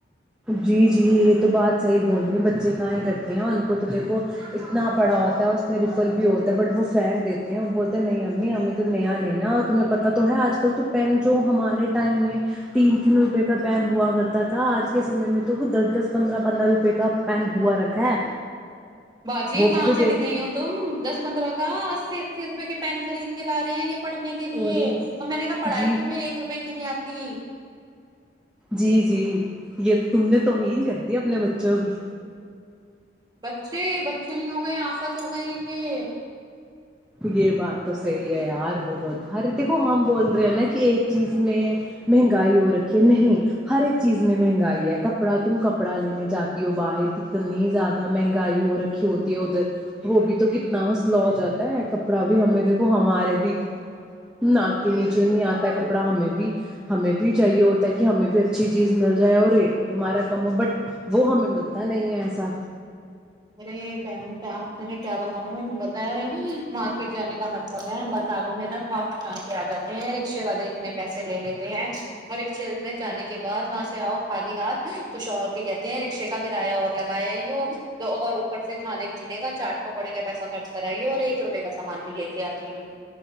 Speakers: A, in the centre; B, on the right (about 25°).
A: جی جی یہ تو بات صحیح بول رہی ہے ب بچے گیں کرتے ہیں ان کو تو دیکھو اتنا پڑا ہوتا ہے اس میں ریفل بھی ہوتا ہے بٹ وہ پھینک دیتے ہیں بولتے ہیں نہیں امی ہمیں تو نیا لینا اور تمہیں پتہ تو ہے آج کل تو پین جو ہمارے ٹائم میں تین تین روپئے کا پین ہوا کرتا تھا آج کے سمے میں تو وہ دس دس پندرہ پندرہ روپئے کا پین ہوا رکھا ہے
B: باجی
A: وہ
B: کہاں
A: بھی تو
B: چلی
A: دیکھ
B: گئی ہو تم دس پندرہ اسی اسی روپئے کے پین خرید کے لا رہے ہیں یہ پڑنے کے لیے
A: ارے
B: اور میں نے کہا پڑھائی
A: جی
B: تو میں ایک روپئے گنی آتی تین <inaudible>
A: جی جی یہ تم نے توہین کر دیا اپنے بچوں کی
B: بچے بچے نہیں ہو گئے آفت ہو گئے یہ
A: یہ بات تو صحیح ہے یار بہت ہر دیکھو ہم بول رہے ہیں نا کہ ایک چیز میں مہنگائی ہو رکھی ہے نہیں ہر ایک چیز میں مہنگائی ہے کپڑا تم کپڑا لینے جاتی ہو باہر کتنی زیادہ مہنگائی ہو رکھی ہوتی ہے ادھر وہ بھی تو کتنا مسئلہ ہو جاتا ہے کپڑا بھی ہمیں دیکھو ہمارے بھی ناک کے نیچے نہیں آتا ہے کپڑا ہمیں بھی ہمیں بھی چاہیے ہوتا ہے کہ ہمیں بھی اچھی چیز مل جائے اور ریٹ ہمارا کم ہو بٹ وہ ہمیں ملتا نہیں ہے ایسا
B: ارے بہن آپ میں کیا بتاؤں بتایا مارکٹ جان کمتا ہے ب ساروں میں نہا کھاک کھان کے آ جاتے ہیں رکشے والے اتنے پیسے لے لیتے ہیں اور رکشے میں جانے کے بعد وہاں سے آؤ خالی ہاتھ تو شوہر بھی کہتے ہیں رکشے کا کرایہ اور لگایا ہی ہو تو اور اوپر سے کھان پینے کا چاٹ پکوڑے کا پیسہ خرچ کرائیے اور ایک روپے کا سامان بھی لے کے آتی ہے